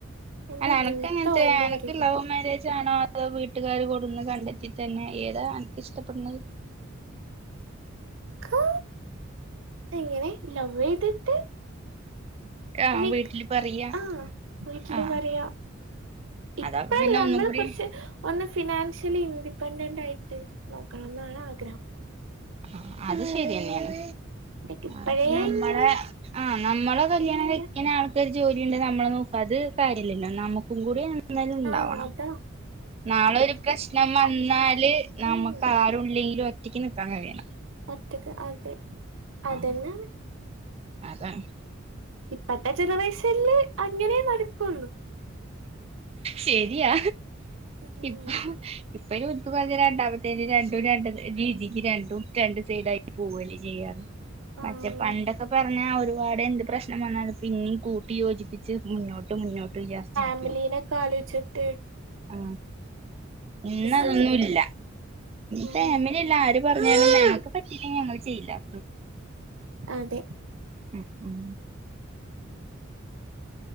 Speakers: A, on the right; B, on the right.
A: എന്താ
B: അ നക്ക്
A: നിമിത്തോ
B: എങ്ങനത്തെ
A: എന്താ
B: എനക്ക്
A: പറയില്ലേ
B: ലവ് മരേജ ജാണോ അതോ വീട്ടുകാര് കൂടെന്ന് കണ്ടെത്തി തന്നെ ഏതാ അൻ ഇഷ്ട്ട പ്പെട്ണഹ്.
A: ക് എങ്ങനെ ലവ് യ്തിട്ട്
B: ആ
A: ലൈക്ക്
B: വീട്ടില് പറയാ
A: ആഹ് വീട്ടില്
B: ആ
A: പറയാ ഇപ്പല്ല
B: അതാപ്പൊ പിന്നെ ഒന്നും
A: നമ്മള
B: കൂടി
A: കുറച്ച് ഒന്ന് ഫിനാൻഷ്യലി ഇൻഡിപെൻഡന്റ് ആയിട്ട് നോക്കണം എന്നാണ് ആഗ്രഹം.
B: ആ അത് ശരിന്നെണ്.
A: ലൈക്ക് ഇപ്പഴേ
B: അപ്പ നമ്മളെ
A: ഇങ്ങനെ
B: ആ നമ്മളെ കല്യാണം
A: ഇങ്ങനെ
B: കഴി ക്ണ ആൾക് ഒര് ജോലിണ്ട് നമ്മളെ നോക് അത് കാര്യല്ല നമ്മുക്കും കൂടി എന്നേലും ഉണ്ടാവണം.
A: ആഹ് അതാ
B: നാളെ ഒരു പ്രശ്നം വന്നാല് നമുക്ക്
A: ഉം
B: ആരുല്ലെങ്കിലും ഒറ്റയ്ക്ക് ന്നിക്കാ കഴിയണം.
A: ഒറ്റക്ക് അത് അതന്നെ.
B: ആ അതാണ്.
A: ഇപ്പത്തെ ജനറേഷനില് അങ്ങനെ നടക്കുള്ളു.
B: ശെരിയാ
A: ഉം
B: ഇപ്പൊ. ഇപ്പൊ അയ്ന് <unintelligible> പറഞ് രണ്ടാമത്തേന് രണ്ടും രണ്ട് രീതിക്ക് രണ്ടും രണ്ട് സൈഡായിട്ട് പോവല്ലേ ചെയ്യാ. മറ്റേ
A: ആഹ്
B: പണ്ടൊക്കെ പറഞ്ഞാ ഒരുപാട് എന്ത് പ്രശ്നം വന്നാലും പിന്നിം കൂട്ടി യോജിപ്പിച്ച് മുന്നോട്ട് മുന്നോട്ട്. <unintelligible>
A: ഫമിലീനോക്കെ കാലോച്ചിട്ട്.
B: ആ ഇന്നതൊന്നുല്ല
A: ചെയ്ത് നിക്കും ഉം
B: ഫാമിലില്ല ആരും. പറഞ്ഞാലും ഞങ്ങക്ക് പറ്റില്ലെങ്കിൽ ഞങ്ങള് ചെയ്ല്ല.
A: അതെ
B: മ് മ്